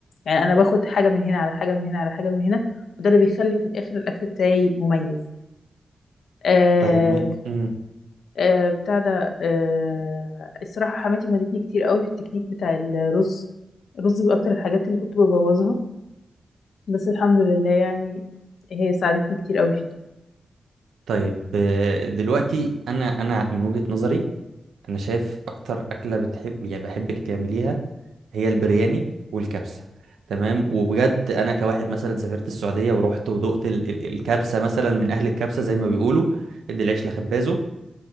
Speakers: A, on the left; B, on the right.
A: يعني انا باخد حاجه من هنا على حاجه من هنا على حاجه من هنا وده اللي بيخلي في الاخر الاكل بتاعي مميز آه،
B: طيب م... مم.
A: آه بتاع ده آه الصراحة حماتي فادتني كتير قوي في التكنيك بتاع الرز الرز من أكتر الحاجات اللي كنت ببوظها بس الحمد لله يعني هي ساعدتني كتير قوي فيه
B: طيب آه، دلوقتي انا انا من وجهة نظري انا شايف اكتر اكله بتحب يعني بحبك تعمليها هي البرياني والكبسه تمام وبجد انا كواحد مثلا سافرت السعوديه ورحت ودقت ال... ال... الكبسه مثلا من اهل الكبسه زي ما بيقولوا ادي العيش لخبازه